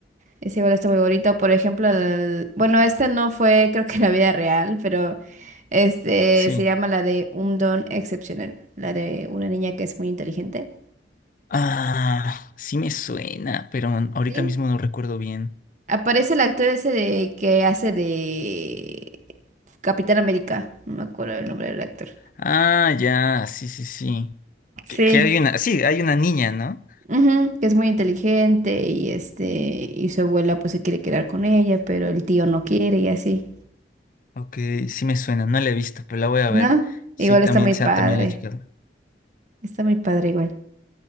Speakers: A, on the right; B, on the left.
A: Ese igual está muy bonito. Por ejemplo, el- bueno, esta no fue, creo que en la vida real, pero este
B: Sí.
A: se llama la de un don excepcional. La de una niña que es muy inteligente.
B: Ah, sí me suena, pero ahorita
A: sí
B: mismo no recuerdo bien.
A: Aparece el actor ese de que hace de Capitán América. No me acuerdo el nombre del actor.
B: Ah, ya, sí, sí, sí.
A: Sí.
B: Que, que hay una, sí, hay una niña, ¿no?
A: ujú, que es muy inteligente y este y su abuela pues se quiere quedar con ella, pero el tío no quiere y así.
B: Ok, sí me suena, no la he visto, pero la voy a
A: ¿No?
B: ver. Sí,
A: Igual
B: también,
A: está muy
B: sí,
A: padre.
B: también la he checado.
A: Está muy padre igual.